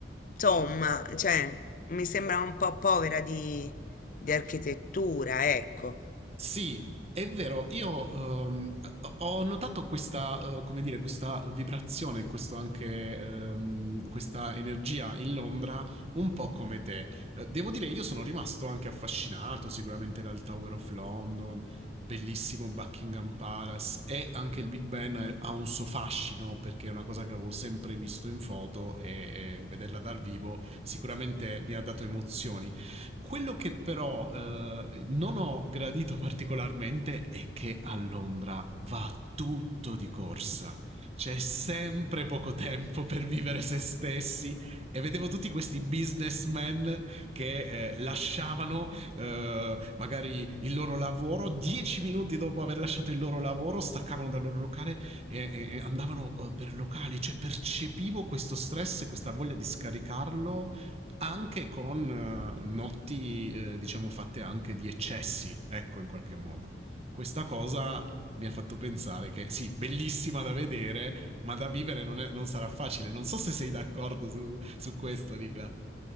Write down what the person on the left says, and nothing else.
Insomma, cioè, mi sembra un po' povera di, di architettura, ecco.